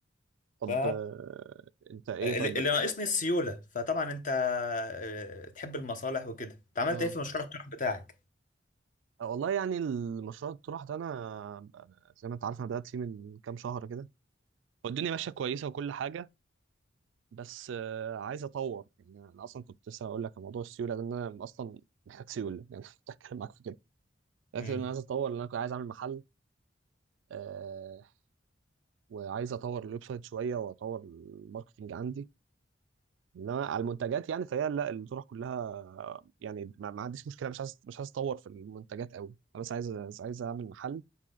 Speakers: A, on the right (about 70°); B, on the left (about 45°).
A: طب
B: ف
A: آه، انت ايه
B: اللي
A: طيب
B: اللي
A: بدأ
B: ناقصني السيوله فطبعا انت آه، تحب المصالح وكده انت عملت
A: اه
B: ايه في مشروع الطرح بتاعك
A: آه، والله يعني المشروع الطروحة ده انا أنا زي ما انت عارف انا بدأت فيه من كام شهر كده والدنيا ماشية كويسة وكل حاجة بس آه، عايز اطور يعني انا اصلا كنت لسه هقول لك عن موضوع السيولة ده إن انا اصلا محتاج سيولة يعني <laughs> كنت هتكلم معاك في كده لكن
B: امم
A: انا عايز اطور لان انا كنت عايز اعمل محل آه وعايز اطور الويب سايت شوية واطور الماركتنج عندي انما على المنتجات يعني فهي لا الطرح كلها يعني ما ما عنديش مشكله مش عايز مش عايز اطور في المنتجات قوي انا بس عايز عايز اعمل محل